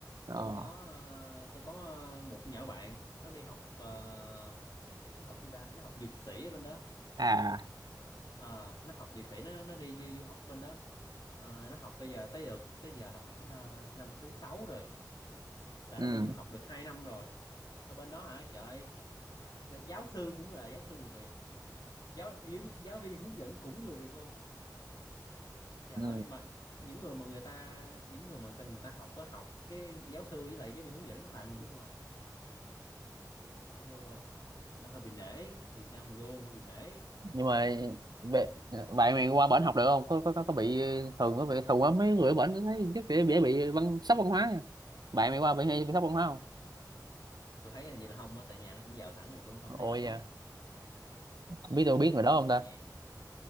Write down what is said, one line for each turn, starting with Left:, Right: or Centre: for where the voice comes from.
Right: ờ
Left: tôi có ờ, tôi có ờ, một con nhỏ bạn nó đi học ờ, nó học gì ta nó học dược sĩ ở bên đó
Right: à
Left: Ờ, nó học dược sĩ nó nó đi du, du học bên đó Ờ, nó học bây giờ tới được tới giờ là khoảng ờ, năm thứ sáu rồi là
Right: ừ
Left: nó đi du học được 2 năm rồi ở bên đó hả trời ơi, giáo sư cũng là giáo sư người Việt giáo giáo giáo viên hướng dẫn cũng người Việt luôn trời
Right: ừ
Left: ơi mà những người mà người ta những người mà người ta, người ta học á học cái giáo sư với lại giáo viên hướng dẫn nó là người nước ngoài thấy chưa nó hơi bị nể Việt Nam mình luôn hơi bị nể
Right: nhưng mà bệ- bạn mày qua bển học được không có có có, có bị thường có bị thường quá mấy người ở bển thấy chắc dễ dễ bị văn sốc văn hóa nha. bạn mày qua bị hay bị sốc văn hóa không
Left: tôi thấy hình như là không á tại nhà nó cũng giàu sẵn rồi cũng không
Right: ôi
Left: thấy sốc lắm
Right: da
Left: à,
Right: biết tôi biết
Left: thấy
Right: người đó
Left: cũng
Right: không
Left: nhẹ
Right: ta
Left: nhàng